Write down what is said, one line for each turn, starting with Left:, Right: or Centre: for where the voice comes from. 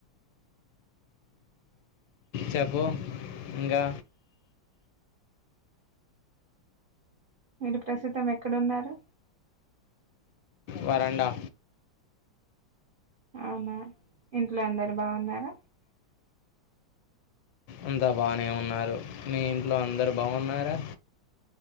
Left: చెప్పు ఇంకా
Right: మీరు ప్రస్తుతం ఎక్కడున్నారు
Left: వరండా
Right: అవునా ఇంట్లో అందరు బాగున్నారా
Left: అంత బానే ఉన్నారు మీ ఇంట్లో అందరు బాగున్నారా